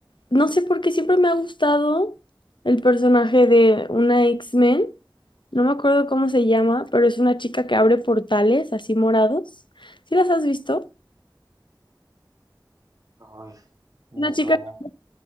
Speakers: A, on the left; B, on the right.
A: no sé por qué siempre me ha gustado el personaje de una X-Men. No me acuerdo cómo se llama, pero es una chica que abre portales así morados. ¿Sí las has visto?
B: Ay,
A: Una
B: me
A: chica
B: suena
A: que